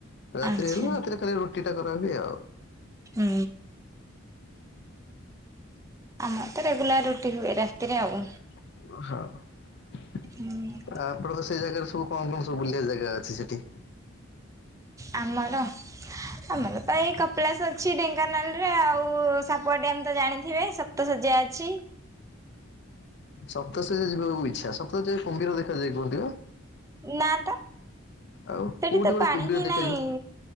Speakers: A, on the left; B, on the right.
A: ରାତିରେ
B: ଆଚ୍ଛା।
A: ହେଲେ ରାତିରେ ଖାଲି ରୁଟି ଟା କରା ହୁଏ ଆଉ।
B: ହୁଁ। ଆମର ତୋ ରେଗୁଲାର୍ ରୁଟି ହୁଏ ରାତିରେ ଆଉ।
A: <unintelligible> ହୋ ଆ, ଆପଣଙ୍କ
B: ହୁଁ
A: ସେଇ ଜାଗାରେ ସବୁ କଣ କଣ ସବୁ ବୁଲିବା ଜାଗା ଅଛି ସେଠି?
B: ଆମର ଆମର ପ୍ରାୟ ଏ କ କପିଳାସ ଅଛି ଢେଙ୍କାନାଳ ରେ, ଆଉ ସାପୁଆ ଡ୍ୟାମ୍ ତ ଜାଣିଥିବେ, ସପ୍ତ ଶଯ୍ୟା ଅଛି।
A: ସପ୍ତଶଯ୍ୟା ଯିବାକୁ ଇଚ୍ଛା ସପ୍ତଶଯ୍ୟା ରେ କୁମ୍ଭୀର ଦେଖାଯାଏ କୁହନ୍ତି ଆ।
B: ନା ତ।
A: ଆଉ
B: ସେଠି
A: କୋଉଠି
B: ତ
A: ଗୋଟେ
B: ପାଣି
A: କୁମ୍ଭୀର
B: ହିଁ
A: ଦେଖାଯାଏ?
B: ନାହିଁ